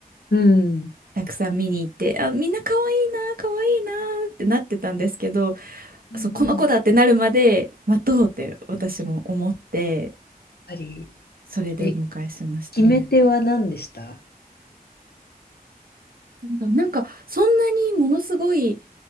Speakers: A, on the left; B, on the right.
A: うん。やっ
B: たくさん見に行って、あ、みんな可愛いな、可愛いなってなってたんですけど、
A: うんやっ
B: そう、この子だってなるまで待とうって私も思って、
A: ぱり、
B: それでお迎えしましたね。
A: え、決め手は何でした
B: なんだろう、なんかそんなにものすごい